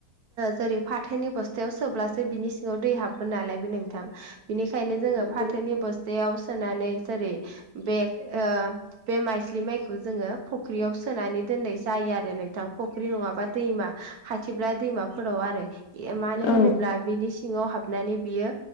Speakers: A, on the right; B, on the left.
A: जेरै फाथोनि बस्थायाव सोब्लासो बिनि सिङाव दै हाबगोन नालाय बे नोंथां बिनिखायनो
B: औ
A: जोङो
B: नंगौ
A: फाथोनि
B: नोंथां
A: बस्थायाव सोनानै जेरै बे ओ बे माइस्लि माइखौ जोङो फख्रियाव सोनानै दोननाय जायो आरो नोंथां फख्रि नङाबा दैमा खाथिब्ला दैमाफोराव आरो मानो
B: औ
A: होनोब्ला बिनि सिङाव हाबनानै बियो